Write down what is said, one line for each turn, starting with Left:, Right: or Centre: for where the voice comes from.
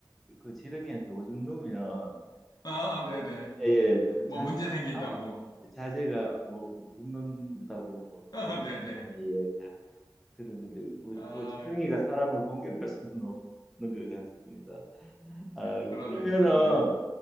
Centre: 그 지렁이한테 오줌 누면
Left: 아, 네네.
Centre: 예예 좀
Left: 뭐
Centre: 자제가
Left: 문제 생긴다고.
Centre: 아파 아파 자제가 뭐 붙는다고 뭐
Left: 아,
Centre: 어른들이
Left: 네네.
Centre: 많이 이야기하는 그런 건데 뭐,
Left: 아,
Centre: 뭐 지렁이가 사람을 공격할 수는 없는 것 같습니다. 아
Left: 그러네요.
Centre: 그러면은
Left: 그러네요.